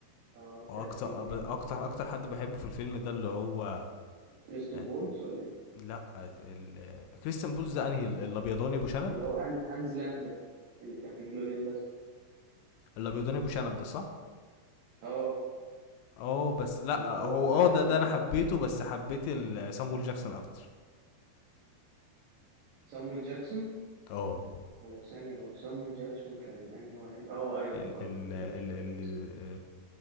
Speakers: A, on the right; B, on the left.
A: اه
B: واكتر
A: تارانتينو جامد
B: اكتر
A: قوي
B: اكتر حد بحبه في الفيلم ده اللي هو
A: كريستوف
B: آه،
A: فولتس ولا ايه
B: لا ال... كريستيان بولز ده انهي الابيضاني ابو شنب
A: اللي هو هانز هانز لاندا اللي كان في انجلوريوس باستر
B: الابيضاني ابو شنب ده صح
A: اه
B: اه بس لا
A: اللي
B: هو
A: هو هانز
B: اه ده
A: لاندا
B: ده انا حبيته بس حبيت ال- سامويل جاكسون اكتر
A: سامويل جاكسون
B: اه
A: هو ثانية هو سامويل جاكسون كان انهي واحد اه ايوه افتكرته
B: ال ال
A: افتكرته
B: ال
A: افتكرته
B: ال
A: افتكرته